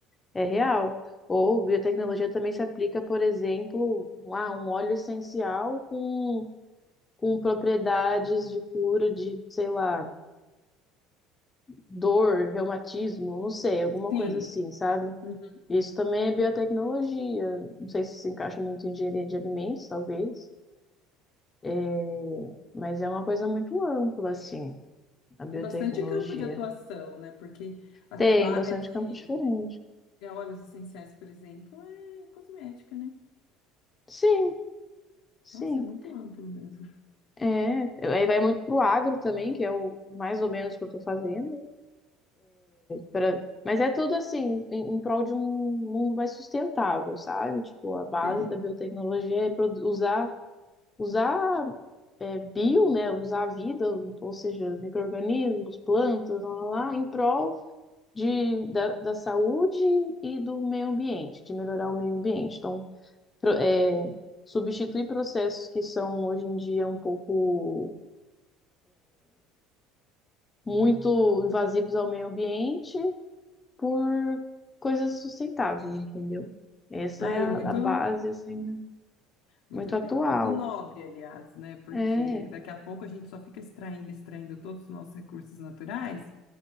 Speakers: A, on the left (about 20°); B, on the left (about 75°).
A: É real. Ou biotecnologia também se aplica, por exemplo, a um óleo essencial com, com propriedades de cura de, sei lá, dor, reumatismo, não sei, alguma
B: Sim.
A: coisa assim, sabe?
B: Uhum.
A: Isso também é biotecnologia. Não sei se se encaixa muito em engenharia de alimentos, talvez, É, mas é uma coisa muito ampla, assim, a biotecnologia.
B: Tem bastante campo de atuação, né? Porque a,
A: Tem
B: ca- a
A: bastante
B: área de
A: campo diferente.
B: é, óleos essenciais, por exemplo, é cosmética, né?
A: Sim, sim.
B: Nossa, é muito amplo mesmo.
A: É, aí vai muito pro agro também, que é o mais ou menos que eu tô fazendo. Pra... Mas é tudo assim, em, em prol de um mundo mais sustentável, sabe? Tipo, a base
B: Sei.
A: da biotecnologia é produ- usar, usar é, bio, né? Usar a vida, ou seja, micro-organismos, plantas, lá, lá, lá, em prol de, da, da saúde e do meio ambiente, de melhorar o meio ambiente. Então, pro- é, substituir processos que são hoje em dia um pouco muito invasivos ao meio ambiente por coisas sustentáveis, entendeu? Essa
B: Ai,
A: é a,
B: é muito,
A: a base, assim, né?
B: muito
A: muito
B: legal,
A: atual.
B: muito nobre, aliás, né? Porque
A: É,
B: daqui a pouco a gente só fica extraindo, extraindo todos os nossos recursos naturais.